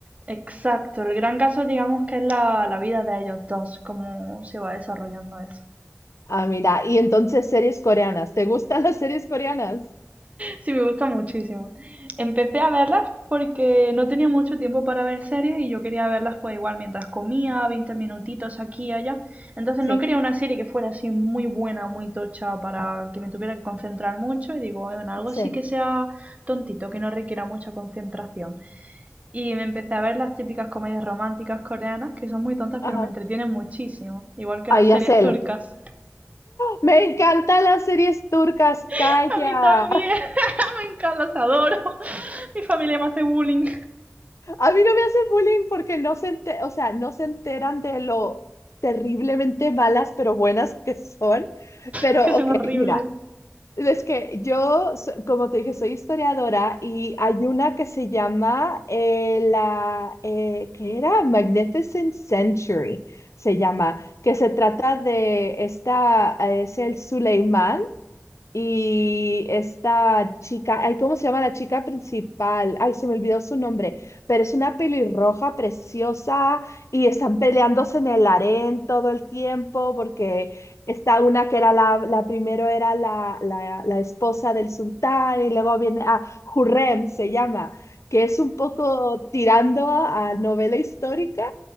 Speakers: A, on the right; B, on the left.
A: Exacto, el gran caso digamos que es la, la vida de ellos dos, cómo se va desarrollando eso.
B: Ah, mira, y entonces series coreanas. ¿Te gustan <laughs> las series coreanas?
A: Sí, me gusta muchísimo. Empecé a verlas porque no tenía mucho tiempo para ver series y yo quería verlas pues igual mientras comía, 20 minutitos aquí y allá. Entonces
B: Sí,
A: no quería una serie que fuera así muy buena, muy tocha para que me tuviera que concentrar mucho y digo, en algo
B: sí.
A: así que sea tontito, que no requiera mucha concentración. Y me empecé a ver las típicas comedias románticas coreanas que son muy tontas
B: Ajá.
A: pero me entretienen muchísimo, igual que
B: Ahí
A: las series
B: hace
A: turcas.
B: él. Me encantan las series turcas, calla.
A: <laughs> A mí también, <laughs> me encantan, las adoro. <laughs> Mi familia me hace bullying.
B: A mí no me hacen bullying porque no se ente- o sea, no se enteran de lo terriblemente malas pero buenas que son. Pero,
A: Es que
B: ok,
A: son horribles.
B: mira. Es que yo, so- como te dije, soy historiadora y hay una que se llama eh, la, eh, ¿qué era? Magnificent Century, se llama, que se trata de esta, eh, es el Suleimán. Y esta chica, ay, ¿cómo se llama la chica principal? Ay, se me olvidó su nombre, pero es una pelirroja preciosa y están peleándose en el harén todo el tiempo porque está una que era la, la primero era la, la, la esposa del sultán y luego viene a Hurrem, se llama, que es un poco tirando a, a novela histórica